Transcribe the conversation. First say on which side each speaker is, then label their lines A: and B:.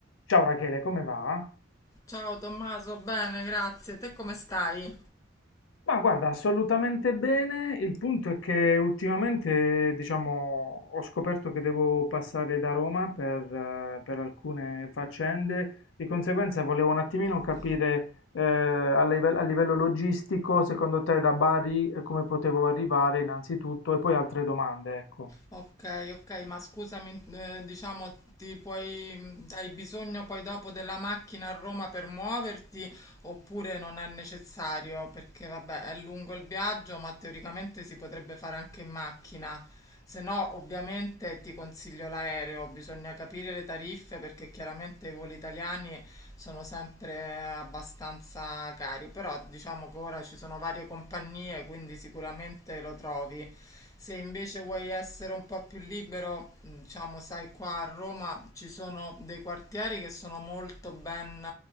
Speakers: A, on the left; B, on the left.
A: Ciao Rachele, come va?
B: Ciao Tommaso, bene, grazie. Te come stai?
A: Ma guarda, assolutamente bene. Il punto è che ultimamente, diciamo, ho scoperto che devo passare da Roma per, eh, per alcune faccende. Di conseguenza volevo un attimino
B: Ok.
A: capire, eh, a live- a livello logistico, secondo te da Bari, eh, come potevo arrivare innanzitutto e poi altre domande, ecco.
B: Ok, ok, ma scusami, eh, diciamo, ti puoi, hai bisogno poi dopo della macchina a Roma per muoverti oppure non è necessario? Perché vabbè, è lungo il viaggio, ma teoricamente si potrebbe fare anche in macchina. Se no, ovviamente ti consiglio l'aereo, bisogna capire le tariffe perché chiaramente i voli italiani sono sempre abbastanza cari, però diciamo che ora ci sono varie compagnie, quindi sicuramente lo trovi. Se invece vuoi essere un po' più libero, mh, diciamo, sai, qua a Roma ci sono dei quartieri che sono molto ben